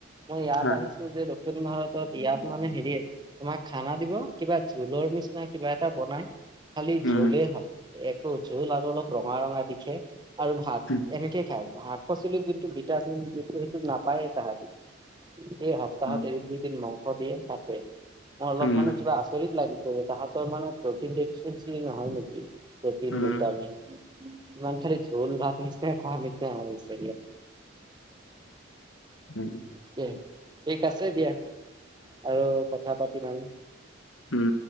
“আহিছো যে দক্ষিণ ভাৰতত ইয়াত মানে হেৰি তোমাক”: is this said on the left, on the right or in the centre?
Right